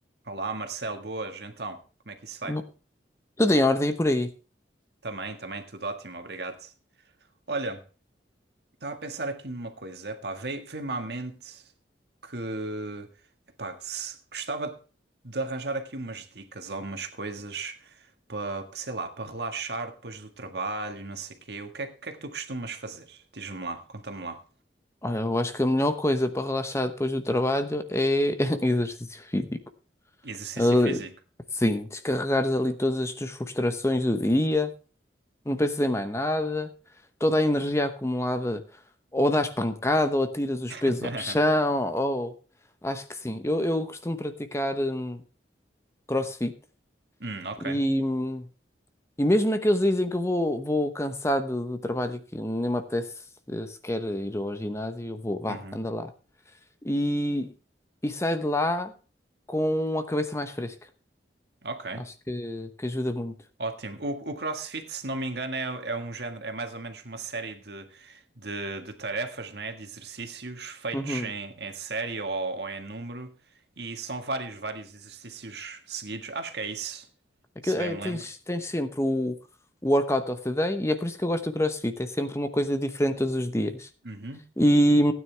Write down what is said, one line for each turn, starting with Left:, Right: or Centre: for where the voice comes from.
Right: Olá, Marcelo, boas. Então, como é que isso vai?
Left: Bo- Tudo em ordem e por aí.
Right: Também, também, tudo ótimo, obrigado. Olha, estava a pensar aqui numa coisa, epá, veio- veio-me à mente que, epá, se- gostava de arranjar aqui umas dicas ou umas coisas para, sei lá, para relaxar depois do trabalho, não sei quê. O que é, que é que tu costumas fazer? Diz-me lá, conta-me lá.
Left: Olha, eu acho que a melhor coisa para relaxar depois do trabalho é <laughs> exercício físico.
Right: Exercício
Left: Ali-
Right: físico?
Left: Sim, descarregares ali todas as tuas frustrações do dia, não pensas em mais nada, toda a energia acumulada, ou dás pancada, ou atiras os
Right: <laughs>
Left: pesos ao chão, ou acho que sim. Eu, eu costumo praticar hum, CrossFit
Right: Hum, ok.
Left: e, hum, E mesmo naqueles dias em que eu vou, vou cansado do trabalho e que nem me apetece eh, sequer ir ao ginásio, eu vou, vá,
Right: Uhum,
Left: anda lá. E, e saio de lá com a cabeça mais fresca.
Right: ok.
Left: Acho que, que ajuda muito.
Right: Ótimo. O, o CrossFit, se não me engano, é, é um género, é mais ou menos uma série de, de, de tarefas, né? De exercícios feitos
Left: Uhum.
Right: em, em série ou, ou em número. E são vários, vários exercícios seguidos. Acho que é isso,
Left: Aquilo,
Right: se bem
Left: é,
Right: me
Left: tens,
Right: lembro.
Left: tens sempre o, o workout of the day e é por isso que eu gosto do CrossFit. É sempre uma coisa diferente todos os dias.
Right: Uhum.
Left: E,